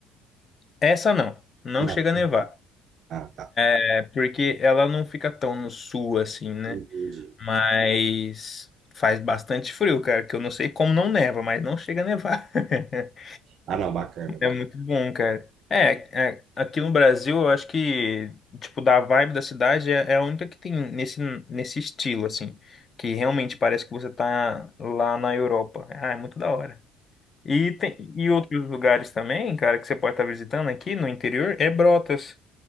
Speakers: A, on the left (about 30°); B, on the right (about 50°).
A: Essa não, não
B: Não.
A: chega a nevar.
B: Ah, tá.
A: É porque ela não fica tão no sul assim, né?
B: Entendi.
A: Mas faz bastante frio, cara, que eu não sei como não neva, mas não chega a nevar. <laughs>
B: Ah, não, bacana. bacana.
A: É muito bom, cara. É, é, aqui no Brasil, eu acho que, tipo, da vibe da cidade é, é a única que tem nesse, nesse estilo, assim, que realmente parece que você tá lá na Europa. Ah, é muito da hora. E, tem, e outros lugares também, cara, que você pode estar visitando aqui no interior é Brotas.